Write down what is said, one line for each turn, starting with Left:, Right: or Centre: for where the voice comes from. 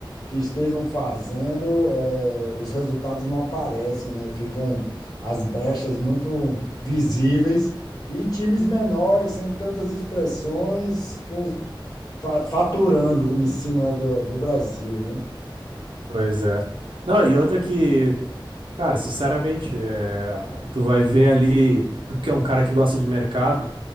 Left: que estejam fazendo, eh, os resultados não aparecem, né? Ficam as brechas muito visíveis e times menores, sem tantas expressões, com, fa- faturando em cima do, do Brasil, né?
Right: Pois é. Não, e outra que, cara, sinceramente, é, tu vai ver ali, porque é um cara que gosta de mercado,